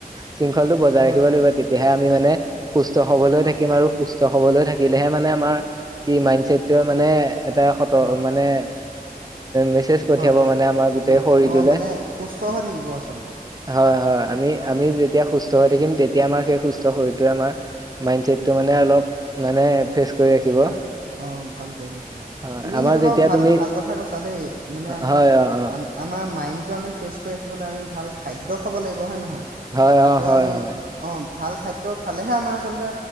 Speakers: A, on the right; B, on the right.
A: শৃংখলটো বজাই
B: হয়
A: ৰাখিব লাগিব। তেতিয়াহে আমি মানে, সুস্থ সবল
B: হয়
A: থাকিম আৰু সুস্থ হবলৈ থাকিলেহে মানে আমাৰ, কি মাইণ্ড ছেটটোৱে মানে <unintelligible>
B: হয়
A: মানে মেছেজ পঠিয়াব
B: হয় হয়
A: মানে আমাৰ
B: মান
A: শৰীৰটোলে,
B: অ মানে সুস্থ হৈ থাকিব আচলতে
A: হয়, হয়। আমি
B: অ
A: আমি
B: অ
A: যেতিয়া সুস্থ সুস্থ হৈ থাকিম। তেতিয়া আমাৰ সেই সুস্থ শৰীৰটোৱে আমাৰ মাইণ্ডচছেটটো মানে অলপ মানে ফ্ৰেছ কৰি ৰাখিব।
B: অ'! ভাল কৰি ৰাখিব।
A: হয়
B: তুমি
A: আমাৰ
B: সেইটো
A: যেতিয়া
B: বাৰু ভাল
A: তুমি
B: ভাল কথা কৈছা দেই মানে আমি
A: হয় অ অ
B: আমাৰ মাইণ্ডটো আমি ফ্ৰেছ কৰি ৰাখিবলৈ আমি ভাল খাদ্য খাব লাগিব। হয়! নহয়?
A: হয়,
B: আকৌ
A: অ'! হয়,
B: আমি
A: হয়।
B: অ ভাল খাদ্য খালেহে আমাৰ আচলতে